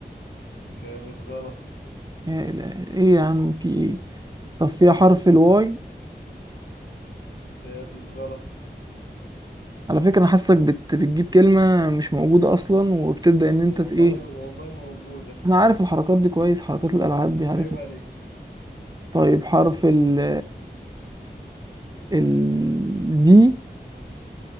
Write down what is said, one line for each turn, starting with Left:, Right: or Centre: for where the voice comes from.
Left: خامس غلط
Right: ايه يا عم في ايه طب في حرف الواي
Left: سادس غلط
Right: على فكرة انا حاسك بت... بتجيب كلمة مش موجودة اصلا
Left: و-
Right: وبتبدأ ان انت
Left: والله
Right: ت- ايه
Left: والله موجودة
Right: انا عارف الحركات دي كويس حركات الالعاب دي عارف
Left: عيب عليك
Right: طيب حرف ال ال دي